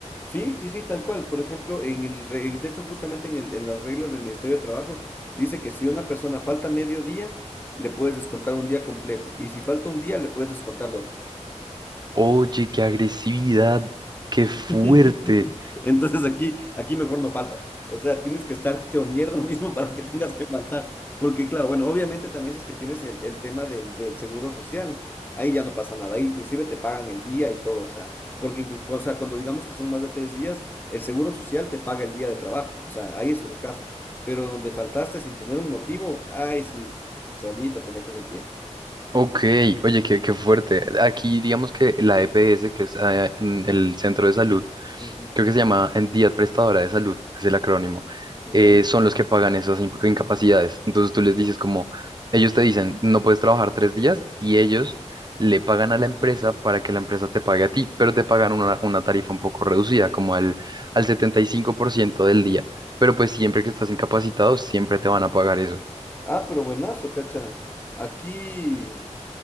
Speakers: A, on the left; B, on the right.
A: Sí, sí, sí, tal cual. Por ejemplo, en el, re- de hecho, justamente en el- en las reglas del Ministerio de Trabajo, dice que si una persona falta medio día, le puedes descontar un día completo. Y si falta un día, le puedes descontar dos.
B: Oye, qué agresividad, qué fuerte.
A: <laughs> Entonces aquí, aquí mejor no faltas. O sea, tienes que estar hecho mierda mismo para que tengas que faltar. Porque claro, bueno, obviamente también si es que tienes el, el tema del, del seguro social, ahí ya no pasa nada. Ahí inclusive te pagan el día y todo. O sea, porque inclu- o sea, cuando digamos que son más de tres días, el seguro social te paga el día de trabajo. O sea, ahí es frescaso. Pero donde faltaste sin tener un motivo, ay, sí, solito te metes el pie.
B: Ok, oye, qué, qué fuerte. Aquí digamos que la EPS, que es eh, en el centro de salud
A: Ujú,
B: creo que se llama entidad prestadora de salud, es el acrónimo,
A: ya.
B: eh, son los que pagan esas in- incapacidades. Entonces tú les dices como, ellos te dicen, no puedes trabajar tres días y ellos le pagan a la empresa para que la empresa te pague a ti, pero te pagan una, una tarifa un poco reducida, como al, al 75% del día. Pero pues siempre que estás incapacitado, siempre te van a pagar eso.
A: Ah, pero buenazo, cacha. Aquí